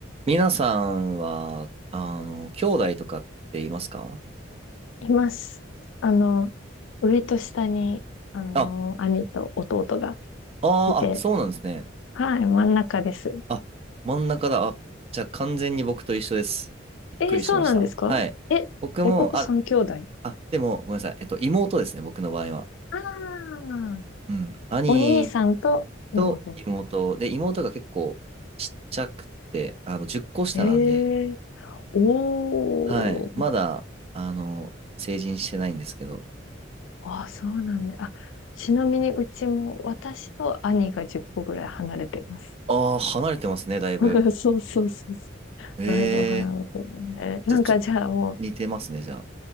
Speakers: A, on the right; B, on the left.
A: みなさんは、あの、兄弟とかっていますか
B: います。あの、上と下に、あの、
A: あ、
B: 兄と弟が
A: あーあ、
B: いて、
A: そうなんですね。
B: はい、真ん中です。
A: あ、真ん中だ。あ、じゃあ完全に僕と一緒です。びっくりしました。
B: えーそうなんですかえ、
A: はい。僕も、
B: 男三兄弟あ
A: あ、あ、でも、ごめんなさい。えっと、妹ですね、僕の場合は。
B: あー、
A: うん。兄
B: お兄さんと妹。
A: と妹。で、妹が結構ちっちゃくて、あの、10個下なんで、
B: へえ、おー、
A: はい。まだ、あの、成人してないんですけど。
B: ああ、そうなんだ。あ、ちなみにうちも私と兄が10個ぐらい離れています。
A: ああ、離れてますね、だいぶ。
B: <laughs> そうそうそうそう。
A: ええ
B: だいぶ離れてるんだね。なんかじゃあもう、
A: じゃあちょっと似てますね、じゃ